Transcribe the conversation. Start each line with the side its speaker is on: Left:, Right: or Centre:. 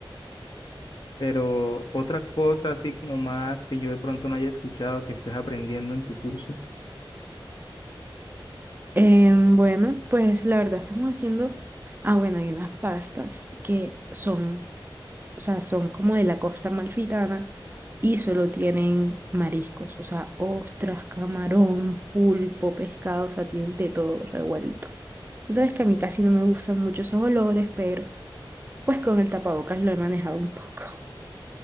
Left: Pero otra cosa así como más que yo de pronto no haya escuchado que estés aprendiendo en tu curso.
Right: Em, bueno, pues la verdad estamos haciendo, ah, bueno, hay unas pastas que son, o sea, son como de la costa amalfitana y solo tienen mariscos, o sea, ostras, camarón, pulpo, pescado, o sea, tienen de todo revuelto. Tú sabes que a mí casi no me gustan mucho esos olores, pero pues con el tapabocas lo he manejado un poco. <laughs>